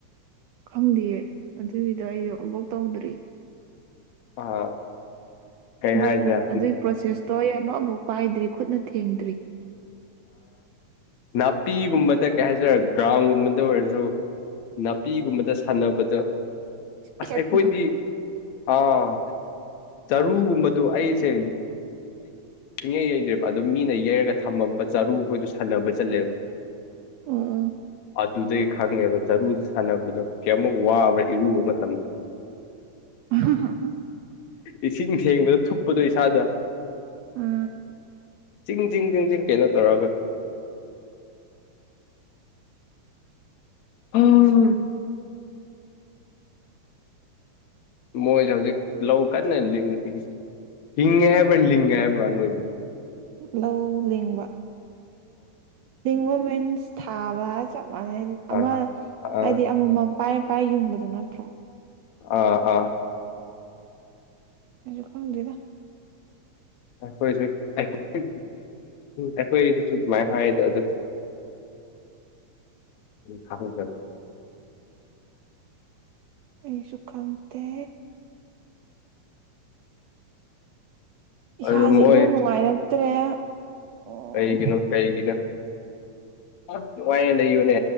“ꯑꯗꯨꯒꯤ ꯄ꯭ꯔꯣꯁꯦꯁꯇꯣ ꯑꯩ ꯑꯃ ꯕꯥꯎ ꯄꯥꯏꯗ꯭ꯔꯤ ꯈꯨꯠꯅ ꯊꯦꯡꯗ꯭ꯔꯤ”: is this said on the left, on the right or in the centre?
Right